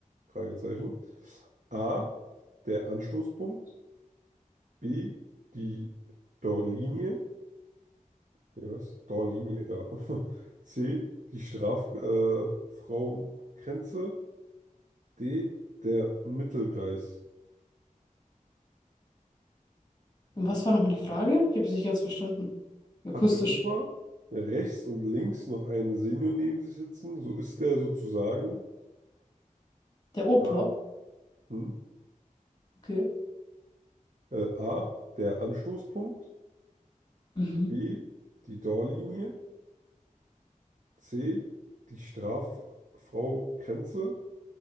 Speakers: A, on the right (about 65°); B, on the left (about 30°).
A: Fragezeichen, A, der Anstoßpunkt, B, die Torlinie, nee, was? Torlinie, ja. <laughs> C, die Strafraumgrenze, äh, Frau- Grenze, D, der Mittelkreis.
B: Und was war nochmal die Frage? Ich habe es nicht ganz verstanden. Akustisch.
A: Hat der Opa rechts und links noch einen Senior neben sich sitzen, so ist der sozusagen
B: Der Opa?
A: A, hm,
B: Okay.
A: äh, A, der Anstoßpunkt,
B: Mhm.
A: B, die Torlinie, C, die Straffrau Grenze,